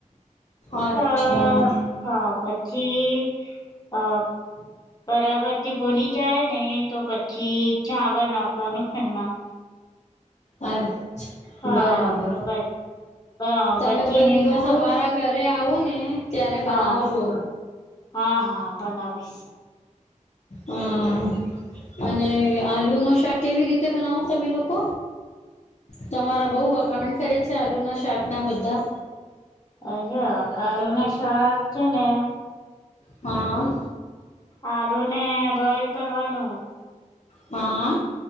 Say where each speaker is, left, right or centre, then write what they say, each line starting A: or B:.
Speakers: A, on the left; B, on the left.
A: અચ્છા.
B: અ હા પછી અ બરાબર થી બુની જાય ને તો પછી ચાવલ નાખવાનું એમાં.
A: અચ્છા
B: હા
A: બરાબર
B: તો બસ હ
A: તમે
B: પછી
A: કોઈ
B: નિમ્બુ
A: દિવસ અમારા ઘરે આવો ને ત્યારે
B: હા
A: બનાવજો.
B: હા હા બનાવીશ.
A: હા. અને આલુ નો શાક કેવી રીતે બનાવો તમે લોકો. તમારા બઉ વખાણ કરે છે આલુ ના શાક ના બધા.
B: અજા આલુ ના શાક છે ને
A: હા.
B: આલુ ને બોઈલ કરવાનું.
A: હા.